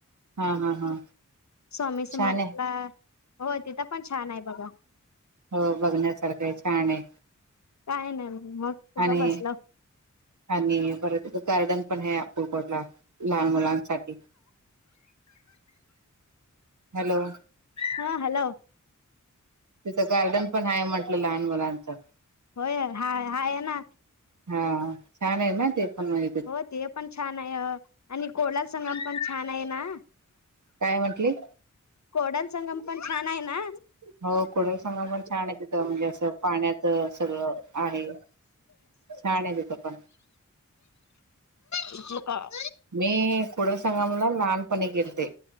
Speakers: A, on the right; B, on the left.
A: हा हा हा
B: स्वामी समर्थला
A: छान आहे
B: हो तिथं पण छान आहे बघा.
A: हो बघण्यासारखं हाय छान आहे.
B: काय नाही मग. उग
A: आणि
B: बसलो
A: आणि परत गार्डन पण हाय अक्कलकोट ला. लहान मुलांसाठी. हॅलो!
B: हा हॅलो.
A: तिथं गार्डन पण आहे म्हटलं, लहान मुलांचं.
B: होय? हाय हाय आहे ना.
A: हा छान आहे ना, ते पण मग.
B: हो ते पण छान आहे आणि कुडल संगम पण छान आहे ना?
A: काय म्हंटली?
B: कोडल संगम पण छान आहे ना.
A: हो कुडल संगम पण छान आहे तिथं म्हणजे असं पाण्यात सगळं आहे. छान आहे तिथ पण.
B: <inaudible> ह.
A: मी कुडल संगमला लहानपणी गेलते.